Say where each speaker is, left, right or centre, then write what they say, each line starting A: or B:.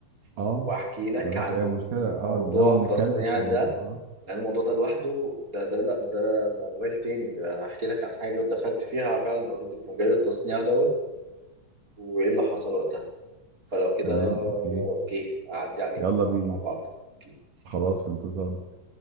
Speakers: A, on the right; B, on the right.
A: اه
B: واحكي لك
A: ما
B: عن
A: فيش اي مشكله اه
B: موضوع
A: نقعد
B: التصنيع
A: نتكلم في الموضوع
B: ده
A: اه
B: لان الموضوع ده لوحده ده ده لا ده, ده موال تاني ده احكي لك عن حاجه دخلت فيها فعلا اوريدي في مجال التصنيع دوت وايه اللي حصل وقتها فلو كده
A: تمام اوكي
B: اوكي اعدي عليك
A: يلا
B: ونقعد
A: بينا
B: مع بعض أوكي.
A: خلاص في انتظارك